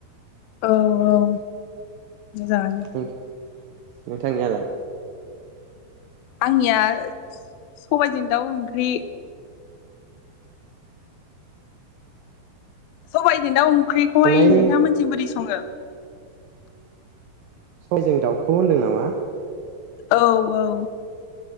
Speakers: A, on the left (about 80°); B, on the right (about 80°).
A: औ औ मोजाङानो
B: नोंथां-नोंथांनियालाय
A: आंनिया सबायजों दाउ ओंख्रि सबायजों दाउ ओं ओंख्रिखौहाय
B: संनायनि
A: नोंथांमोनथिं बोरै सङो
B: सबायजों दाउखौ होनदों नामा
A: औ औ